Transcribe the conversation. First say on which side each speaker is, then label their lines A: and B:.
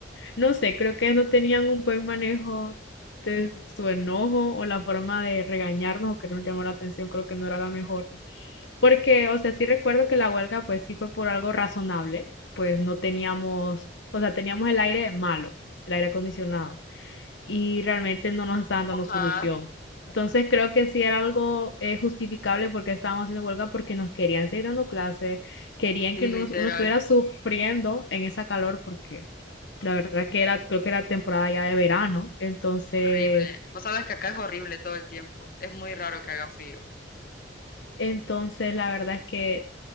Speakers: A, on the left (about 80°); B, on the left (about 50°).
A: No sé, creo que no tenían un buen manejo de su enojo o la forma de regañarnos o querernos llamar la atención, creo que no era la mejor. Porque, o sea, sí recuerdo que la huelga pues sí fue por algo razonable, pues no teníamos, o sea, teníamos el aire malo, el aire acondicionado, y realmente no nos estaban dando
B: Ajá,
A: solución. Entonces creo que sí era algo eh, justificable porque estábamos haciendo huelga porque nos querían seguir dando clases, querían
B: sí,
A: que nos-
B: literal.
A: uno estuviera sufriendo en esa calor porque la verdad que era, creo que era temporada ya de verano, entonces,
B: Horrible. Vos sabes que acá es horrible todo el tiempo. Es muy raro que haga frío.
A: entonces la verdad es que